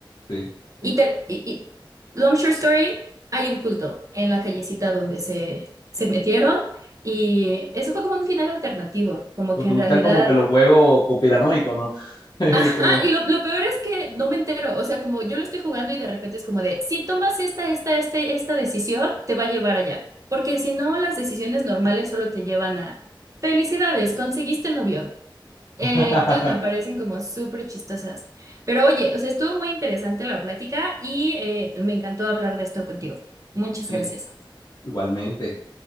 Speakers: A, on the left; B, on the right.
A: Sí.
B: Y, ter- y- y- long short story, hay un culto en la callecita donde se, se metieron y eso fue como un final alternativo, como
A: Te
B: que en
A: gustan
B: realidad...
A: como que los juegos conspiranoicos, ¿no? <laughs>
B: Ajá,
A: Como.
B: y lo, lo peor es que no me entero, o sea, como yo lo estoy jugando y de repente es como de, si tomas esta, esta, esta, esta decisión, te va a llevar allá, porque si no, las decisiones normales solo te llevan a, felicidades, conseguiste novio. Eh,
A: <laughs>
B: entonces me parecen como súper chistosas. Pero oye, o sea, estuvo muy interesante la plática y eh, me encantó hablar de esto contigo. Muchas
A: Sí,
B: gracias.
A: igualmente.